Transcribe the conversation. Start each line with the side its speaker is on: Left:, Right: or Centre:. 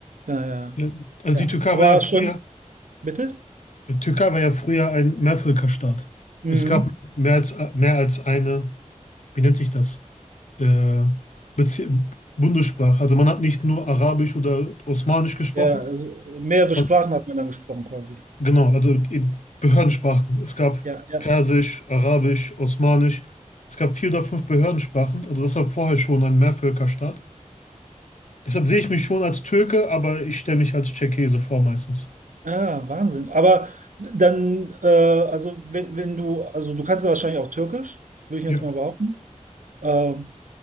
Right: Ja, ja.
Left: Ja, also
Right: Ja.
Left: die Türkei
Right: Aber
Left: war ja früher,
Right: schon, bitte?
Left: die Türkei war ja früher ein Mehrvölkerstaat.
Right: Mhm.
Left: Es gab mehr als, mehr als eine, wie nennt sich das? Äh, Bezie- Bundessprache. Also man hat nicht nur Arabisch oder Osmanisch gesprochen.
Right: Ja, also mehrere
Left: Man,
Right: Sprachen hat man dann gesprochen quasi.
Left: genau, also eben Behördensprachen. Es gab
Right: Ja, ja.
Left: Persisch, Arabisch, Osmanisch. Es gab vier oder fünf Behördensprachen. Also das war vorher schon ein Mehrvölkerstaat. Deshalb sehe ich mich schon als Türke, aber ich stelle mich als Tscherkesse vor meistens.
Right: Ah, Wahnsinn. Aber dann, äh, also wenn, wenn du, also du kannst ja wahrscheinlich auch Türkisch, würde ich
Left: Ja,
Right: jetzt mal behaupten. Ähm,